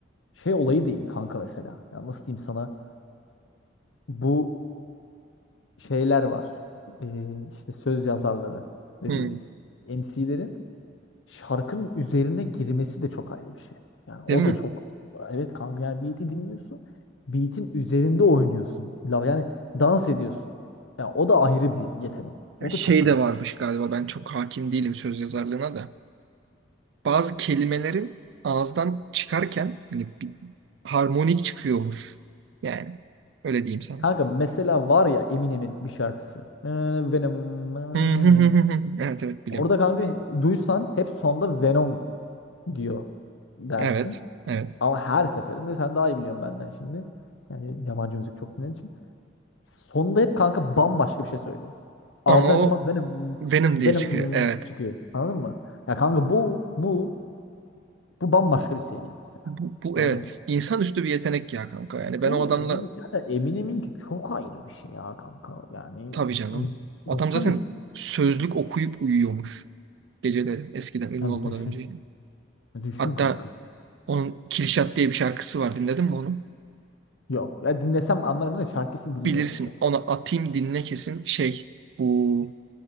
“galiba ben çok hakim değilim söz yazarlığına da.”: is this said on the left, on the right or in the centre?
Right